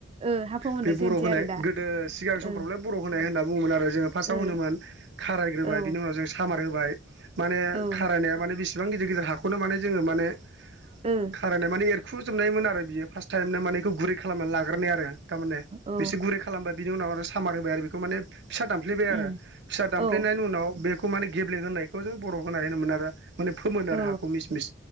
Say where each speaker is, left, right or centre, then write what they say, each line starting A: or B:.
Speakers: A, on the right; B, on the right.
A: ओ हा फोमोननायसो
B: बे बर'
A: होनसै
B: होनाय
A: आरो दा
B: गोदो सिगां समफ्रावलाय
A: ओ
B: बर' होनाय होनना बुङोमोन आरो जोङो फार्स्टआव
A: ओ
B: होनोमोन खाराय। ग्रोबाय
A: औ
B: बिनि उनाव जों सामार होबाय माने
A: औ
B: खारायनाया माने बेसेबां गिदिर गिदिर हाखौनो माने जोङो माने। खारायनाय
A: ओ
B: माने एरखुजोबनायमोन आरो बियो फार्स्ट टाइमनो माने बेखौ गुरै खालामना लाग। ग्रोरनाय आरो थारमाने
A: औ
B: बिसे गुरै खालामबा बिनि उनाव आरो सामार होबाय आरो बेखौ माने। फिसा दामफ्लेबाय आरो
A: उम
B: फिसा दामफ्लेनायनि
A: औ
B: उनाव बेखौ माने गेब्ले होनायखौ जों बर' होनाय होनोमोन आरो माने फोमोन
A: औ
B: आरो हाखौ मिस मिस